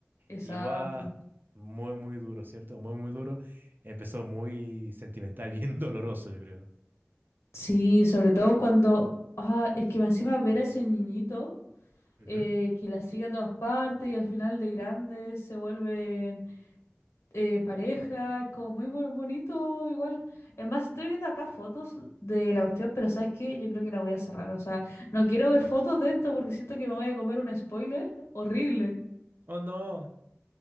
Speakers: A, on the left; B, on the right.
A: Exacto.
B: Y guau, muy, muy duro, ¿cierto? Muy, muy duro. Empezó muy sentimental, <laughs> bien doloroso, yo creo.
A: Sí, sobre todo cuando, ah, es que encima ver a ese niñito
B: Ujú.
A: eh, que la sigue a todas partes y al final de grandes se vuelven eh, pareja, es como muy bo- bonito igual. Es más, estoy viendo acá fotos de la cuestión, pero ¿sabes qué? Yo creo que la voy a cerrar, o sea, no quiero ver fotos de esto porque siento que me voy a comer un spoiler horrible.
B: Oh no,